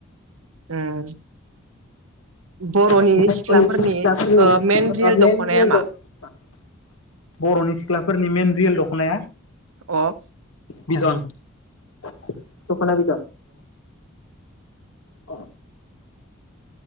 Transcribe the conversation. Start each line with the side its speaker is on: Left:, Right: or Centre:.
Right: ओम। बर'नि
Left: <unintelligible>
Right: सिख्लाफोरनि ओ मेन रियेल दख'नाया मा
Left: बर'नि सिख्लाफोरनि मेन रियेल दख'नाया
Right: अ
Left: बिदन दख'ना बिदन। अ।